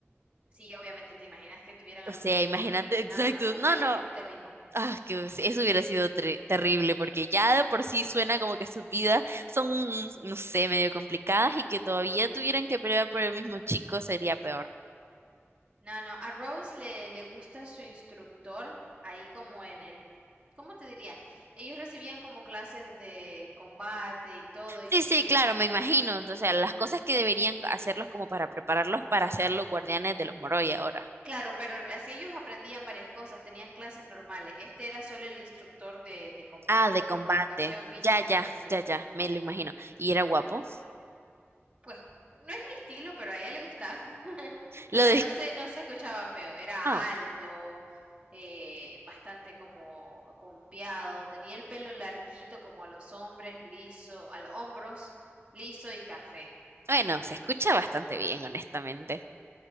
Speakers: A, on the right (about 20°); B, on the right (about 60°).
A: sí, obviamente, te imaginas que tuvieran algún
B: O sea,
A: trío
B: imagínate,
A: por ahí.
B: <laughs> exacto.
A: No, no, no, nunca
B: No,
A: les
B: no.
A: gusta el mismo.
B: Ah, que us- eso hubiera sido tre- terrible porque ya de por sí suena como que sus vidas son, no sé, medio complicadas y que todavía tuvieran que pelear por el mismo chico sería peor.
A: No, no, a Rose le, le gusta su instructor, ahí como en, en, ¿cómo te diría? Ellos recibían como clases de combate y todo, y
B: Sí,
A: tenían
B: sí, claro,
A: como
B: me
A: un...
B: imagino. O sea, las
A: ujú.
B: cosas que deberían hacerlos como para prepararlos para ser los guardianes de los Moroi ahora.
A: Claro, pero así ellos aprendían varias cosas, tenían clases normales. Este era solo el instructor de, de combate,
B: Ah, de
A: como
B: combate.
A: de educación física,
B: Ya, ya,
A: por decir
B: ya,
A: así.
B: ya, me lo imagino. Y era guapo.
A: Pues no es mi estilo, pero a ella le gustaba. <laughs>
B: Lo
A: O sea,
B: de...
A: no se, no se escuchaba feo, era
B: Ah,
A: alto, eh, bastante como pompeado, tenía el pelo larguito como a los hombres, liso, a los hombros, liso y café.
B: bueno, se escucha bastante bien, honestamente.